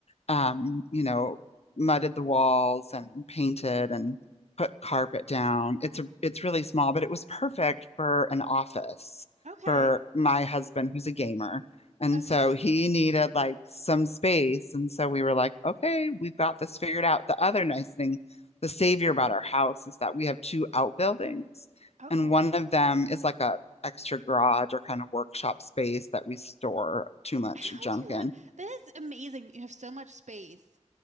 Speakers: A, on the left; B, on the right.
A: um, you know, mudded the walls and painted and put carpet down. It's a, it's really small, but it was perfect for an office
B: Okay.
A: for my husband who's a gamer. And
B: Okay.
A: so he needed like some space. And so we were like, okay, we've got this figured out. The other nice thing, the savior about our house is that we have two outbuildings,
B: Okay.
A: and one of them is like a extra garage or kind of workshop space that we store too much
B: How
A: junk
B: do you
A: in.
B: have, that is amazing that you have so much space